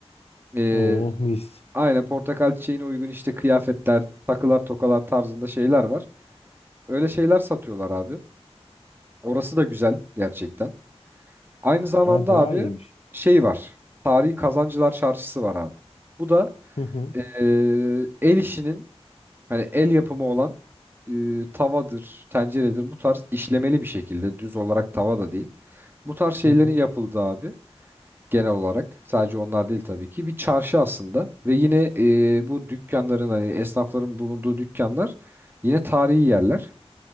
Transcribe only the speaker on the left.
Oh mis.
Evet bayağı
iyiymiş.
Hı hı.
Hı hı.